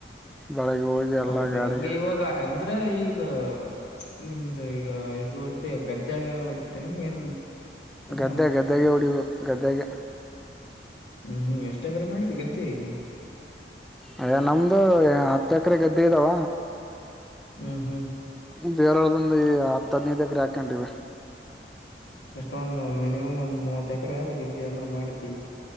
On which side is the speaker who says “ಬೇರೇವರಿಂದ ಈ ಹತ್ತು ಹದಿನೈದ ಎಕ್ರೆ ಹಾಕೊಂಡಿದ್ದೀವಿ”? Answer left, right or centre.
Centre